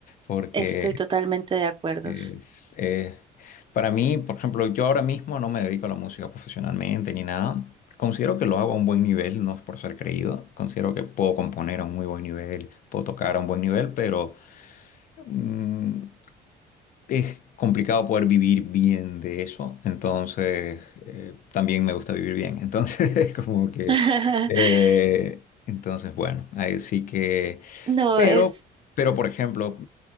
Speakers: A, on the left (about 55°); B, on the right (about 30°).
A: porque
B: Estoy totalmente de acuerdo.
A: es, eh, para mí, por ejemplo, yo ahora mismo no me dedico a la música profesionalmente ni nada. Considero que lo hago a un buen nivel, no es por ser creído. Considero que puedo componer a un muy buen nivel, puedo tocar a un buen nivel, pero mm, es complicado poder vivir bien de eso, entonces eh, también me gusta vivir bien, entonces <laughs> es como que,
B: <laughs>
A: eh, entonces bueno, ahí sí que,
B: No,
A: pero,
B: es...
A: pero por ejemplo,